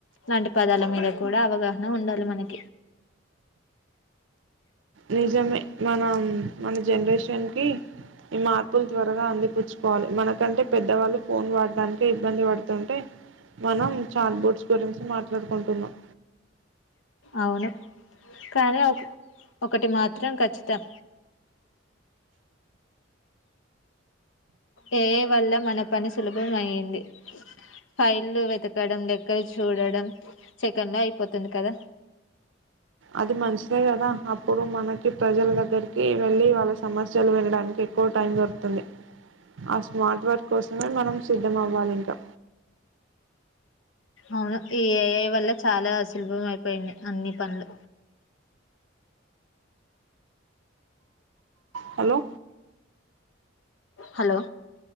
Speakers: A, on the left; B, on the right.
A: లాంటి పదాల మీద కూడా అవగాహన ఉండాలి మనకి
B: నిజమే మనం మన జనరేషన్కి ఈ మార్పులు త్వరగా అందిపుచ్చుకోవాలి మనకంటే పెద్దవాళ్ళు ఫోన్ వాడడానికి ఇబ్బంది పడుతుంటే మనం చార్ట్బోర్డ్స్ గురించి మాట్లాడుకుంటున్నాం
A: అవును కానీ ఒక ఒకటి మాత్రం కఖచ్చితం ఏ వల్ల మన పని సులభం అయింది ఫైల్లు వెతకడం లెక్క చూడడం సెకెన్ లో అయిపోతుంది కదా
B: అది మంచిదే కదా అప్పుడు మనకి ప్రజల దగ్గరికి వెళ్ళి వాళ్ళ సమస్యలు వినడానికి ఎక్కువ టైం దొరుకుతుంది ఆ స్మార్ట్ వర్క్ కోసమే మనం సిద్ధం అవ్వాలి ఇంకా
A: అవును ఈ ఏఐ వల్ల చాలా అసులభం అయిపోయింది అన్ని పనులు
B: హలో
A: హలో